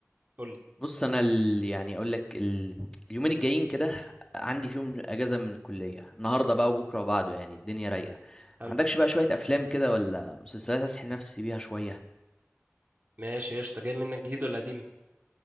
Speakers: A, on the right; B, on the left.
A: قول لي
B: بص انا ال... يعني اقول لك ال... اليومين الجايين كده عندي فيهم اجازه من الكليه النهارده بقى وبكره وبعده يعني الدنيا رايقه
A: حلو
B: عندكش بقى شويه افلام كده ولا مسلسلات اسحل نفسي بيها شويه
A: ماشي قشطه جاي منك جديد ولا قديم